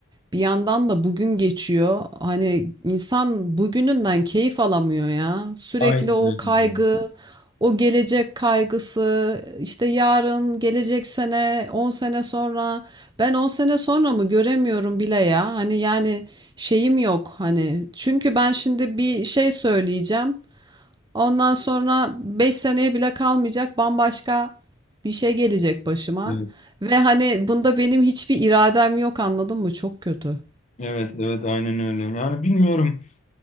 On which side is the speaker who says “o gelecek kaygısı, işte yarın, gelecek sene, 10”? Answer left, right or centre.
Right